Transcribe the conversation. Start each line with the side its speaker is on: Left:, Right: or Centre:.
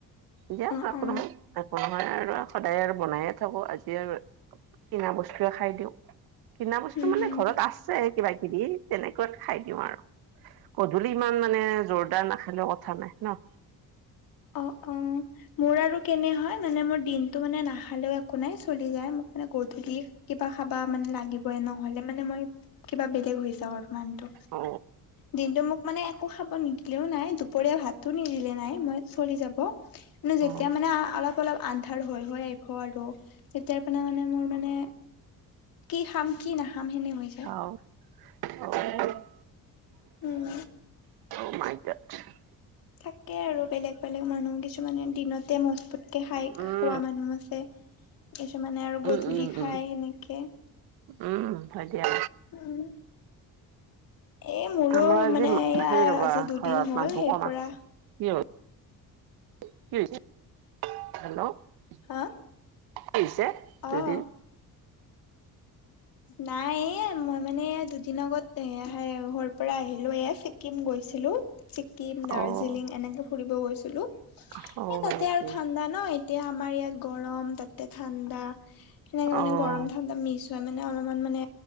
Right: দিয়া <unintelligible>
Left: অ অ
Right: সদায় আৰু বনায়ে থাকো আজি আৰু কিনা বস্তুৱয়ে খাই দিওঁ। কিনা বস্তু
Left: হম
Right: মানে
Left: হম
Right: ঘৰত আছে কিবা কিবি। তেনেকুৱাত খাই দিওঁ আৰু। গধূলি ইমান মানে জোৰদাৰ নাখালেও কথা নাই ন?
Left: অ অ মোৰ আৰু কেনে হয় মানে মোৰ দিনতটো মানে নাখালেও একো নাই চলি যায়। মোক মানে গধূলি কিবা খাবা মানে লাগিবই নহলে, মানে মই কিবা বেলেগ হৈ যাওঁ আৰু। মানটো।
Right: অ
Left: দিনটো মোক মানে একো খাব নিদিলেও নাই দুপৰীয়া ভাতো নিদিলে দিলে নাই মই চলি যাব। কিন্তু যেতিয়া
Right: অ
Left: মানে অলপ অলপ আন্ধাৰ হৈ হৈ আহিব আৰু তেতিয়াৰ পৰা মানে মোৰ মানে কি খাম কি নাখাম সেনে হৈ যায়।
Right: অ'।
Left: উম।
Right: <unintelligible>
Left: থাকে আৰু বেলেগ বেলেগ মানুহ কিছুমানে দিনতে মজবুত খাই
Right: উম,
Left: খোৱা মানুহ আছে। কিছুমানে আৰু
Right: উম,
Left: গধূলি
Right: উম,
Left: খাই
Right: উম,
Left: সেনেকে
Right: উম হয় দিয়া।
Left: উম এ মোৰো
Right: আমাৰ আজি
Left: মানে
Right: মা-
Left: এয়া
Right: হেৰি ৰ'বা
Left: আজি দুদিন
Right: ঘৰত
Left: হ'ল।
Right: মানুহ
Left: সেই
Right: কম
Left: পৰা
Right: আছে। কি হ'ল <unintelligible>
Left: হা
Right: <unintelligible>
Left: অ'। নাই এ মই মানে দুদিন আগত এ ঘৰ পৰা আহিলো এ, ছিকিম গৈছিলো। ছিকিম, দাৰ্জিলিং
Right: অ',
Left: এনেকে ফুৰিব গৈছিলো।
Right: অ',
Left: এ
Right: হয়
Left: তাতে
Right: নেকি?
Left: আৰু ঠাণ্ডা ন এতিয়া আমাৰ ইয়াত গৰম, তাতে ঠাণ্ডা। সেনেকে মানে
Right: অ',
Left: গৰম ঠাণ্ডা মিছো এনেই অলপমান মানে